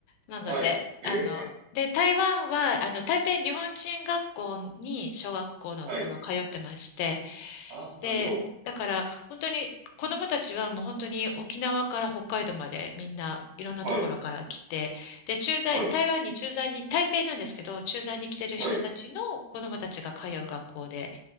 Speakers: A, on the left; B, on the right.
A: なので、
B: はい。
A: あの、
B: ええ
A: で、台湾は、あの、台北日本人学校に小学校の頃通ってまして、
B: はい。ああ、なるほど。
A: で、だから本当に子供たちはもう本当に沖縄から北海道までみんないろんなところから来て、
B: はい。
A: で、駐在、
B: はい。
A: 台湾に駐在に、台北なんですけど、駐在に来てる人たちの子供たちが通う学校で、
B: はい。